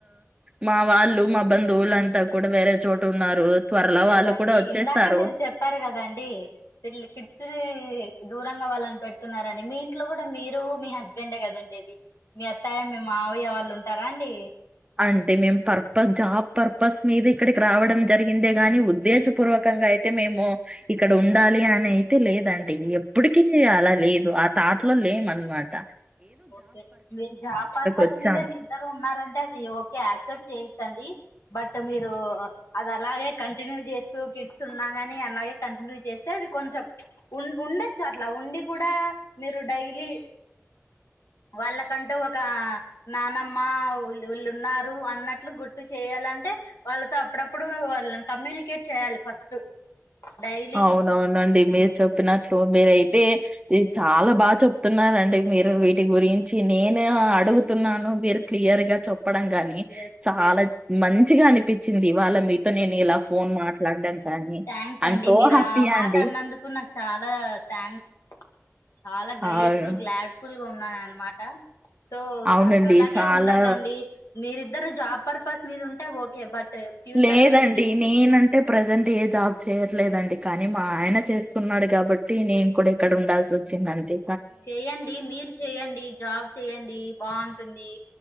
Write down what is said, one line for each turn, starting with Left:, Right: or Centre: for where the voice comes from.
Right: మా వాళ్ళు మా బంధువులంతా కూడా వేరే చోటు ఉన్నారు. త్వరలో
Left: చూడండి
Right: వాళ్ళు కూడా వచ్చేస్తారు
Left: ఇందాకే మీరు చెప్పారు కదండి. వీళ్ళు కిడ్స్. దూరంగా వాళ్ళని పెడుతున్నారండి మీ ఇంట్లో కూడా మీరు మీ హస్బెండే కదా ఉండేది? మీ అత్తయ్య మీ మావయ్య వాళ్ళు ఉంటారా అండి?
Right: అంటే, మేము పర్పస్ జాబ్ పర్పస్ మీద ఇక్కడికి రావడం జరిగిందే గాని, ఉద్దేశపూర్వకంగా అయితే మేము ఇక్కడ ఉండాలి అని అయితే లేదండి. ఎప్పటికి అలా లేదు అన్నమాట ఆ తాట్ లో లేము అన్నమాట.
Left: ఓకే మీరు జాబ్ పర్పస్
Right: వచ్చాం
Left: మీద మీ ఇద్దరు ఉన్నారంటే అది ఓకే యాక్సెప్ట్ చేయిచ్చండి బట్ మీరు అది అలాగే కంటిన్యూ చేస్తూ కిట్స్ ఉన్నా కాని అలాగే కంటిన్యూ చేస్తే అది కొంచెం ఉండొచ్చు అట్లా ఉండి కూడా మీరు డైలీ వాళ్ళకంటూ ఒక నానమ్మ వీళ్ళు ఉన్నారు అన్నట్లు గుర్తు చేయాలంటే వాళ్ళతో అప్పుడప్పుడు వాళ్ళని కమ్యూనికేట్ చేయాలి ఫస్ట్ డైలీ
Right: అవునవునండి మీరు చెప్పినట్లు మీరయి యితే చాలా బాగా చెప్తున్నారండి మీరు వీటి గురించి నేను అడుగుతున్నాను మీరు క్లియర్ గా చె చెప్పడం గాని
Left: ఎస్
Right: చాలా
Left: ఎస్
Right: మం మంచిగా అనిపించింది వాళ్ళ మీతో నేను ఇలా ఫోన్ మాట్లాడడాను కానీ
Left: థ్యాంక్స్
Right: ఐఎమ్
Left: అండి
Right: సో
Left: మీరు
Right: హ్యాపీ
Left: ఆ మాట
Right: అండి
Left: అన్నందుకు నాకు చాలా థ్యాంక్స్ చాలా గ్రేట్ఫుల్
Right: అవును
Left: గ్లాడ్ఫుల్ గా ఉ అన్నా అనమాట సో
Right: అవునండి
Left: అలాగే
Right: చాలా
Left: ఉండాలండి మీరు ఇద్దరు జాబ్ పర్పస్ మీద ఉంటే ఓకే బట్ ఫ్యూచర్
Right: లేదండి
Left: లో మీ కిడ్స్
Right: నేనంటే ప్రజెంట్ ఏ జాబ్ చేయట్లేదండి కానీ మా ఆయన చేస్తున్నాడు కాబట్టి నేను కూడా ఇక్కడ ఉండాల్సి వచ్చిందంతే
Left: చేయండి మీరు చేయండి జాబ్ చెయండి బాగుంటుంది